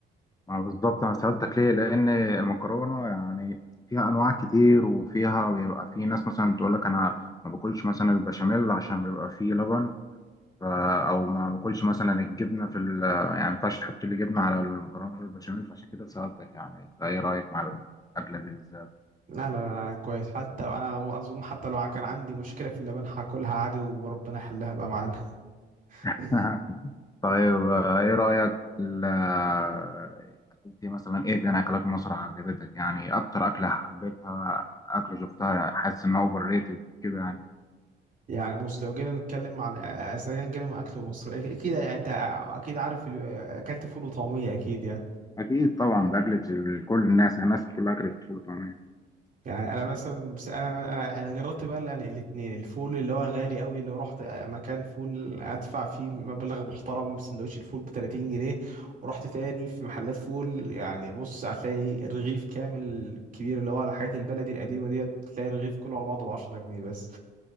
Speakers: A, on the left (about 20°); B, on the right (about 45°).
A: ما بالظبط انا سالتك ليه لان المكرونه يعني فيها انواع كتير وفيها بيبقى في ناس مثلا تقول لك انا ما باكلش مثلا البشاميل عشان بيبقى فيه لبن ف- او ما باكلش مثلا الجبنه في ال يعني ما ينفعش تحط لي جبنه على المكرونه البشاميل فعشان كده سالتك يعني انت ايه رايك مع الاكله دي بالذات
B: لا لا لا كويس حتى انا اظن حتى لو كان عندي مشكله في اللبان هاكلها عادي وربنا يحلها بقى معانا
A: <laughs>
B: <laughs>
A: طيب آه، ايه رايك في ال- آه، انت مثلا ايه تاني اكلات مصر عجبتك يعني اكتر اكله حبيتها اكله شفتها حاسس انها اوفر ريتد كده يعني
B: يعني بص لو جينا نتكلم عن اذا كان جينا من اكل مصر أك- اكيد انت اكيد عارف ال- اكلت فول وطعميه اكيد يعني
A: اكيد طبعا ده اكله ال- كل الناس يعني الناس كلها اكلت فول وطعميه
B: يعني انا مثلا بس انا انا انا جربت بقى يعني الاثنين الفول اللي هو غالي قوي اللي رحت مكان فول ادفع فيه مبلغ محترم سندوتش الفول ب 30 جنيه ورحت تاني في محلات فول يعني بص هتلاقي الرغيف كامل كبير اللي هو الحاجات البلدي القديمه ديت تلاقي الرغيف كله على بعضه ب 10 جنيه بس